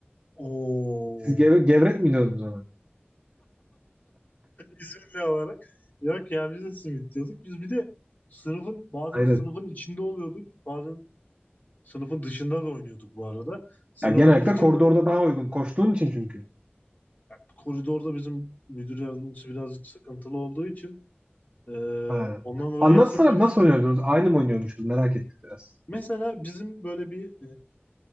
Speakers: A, on the left (about 40°); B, on the right (about 25°).
A: Oo.
B: Siz geve- gevrek mi diyordunuz ona?
A: İzmirli olarak. Yok ya biz de simit diyorduk. Biz bir de sınıfın bazen
B: Hayır.
A: sınıfın içinde oluyorduk. Bazen sınıfın dışında da oynuyorduk bu arada. Sınıfın
B: Ya genellikle
A: dışında
B: koridorda daha uygun koştuğun için çünkü.
A: ya, koridorda bizim müdür yardımcısı birazcık sıkıntılı olduğu için e,
B: Ha,
A: ondan dolayı
B: Anlatsana
A: ya sınıfın
B: nasıl
A: için
B: oynuyordunuz? Aynı mı oynuyormuşuz? Merak ettim biraz.
A: Mesela bizim böyle bir